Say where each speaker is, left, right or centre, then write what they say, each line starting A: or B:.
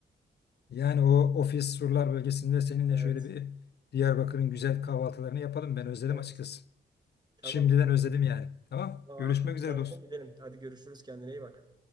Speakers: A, on the left; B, on the right.
A: Yani o ofis surlar bölgesinde seninle
B: Evet,
A: şöyle bir Diyarbakır'ın güzel kahvaltılarını yapalım. Ben özledim
B: evet.
A: açıkçası.
B: Tamam.
A: Şimdiden özledim yani. Tamam.
B: Tamam
A: Görüşmek
B: abi, planlayalım
A: üzere dostum.
B: gidelim. Hadi görüşürüz, kendine iyi bak.